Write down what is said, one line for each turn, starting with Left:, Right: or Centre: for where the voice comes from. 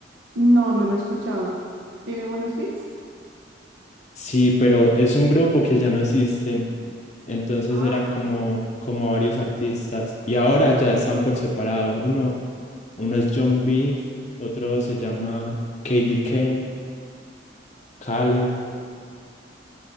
Right: No, no lo he escuchado. ¿Tiene buenos hits?
Left: Sí, pero es un grupo que ya no existen, entonces
Right: Ah,
Left: eran como, como varios artistas y ahora ya están por separado. Uno, uno es John Beef, otro se llama KD Kane, Khaled.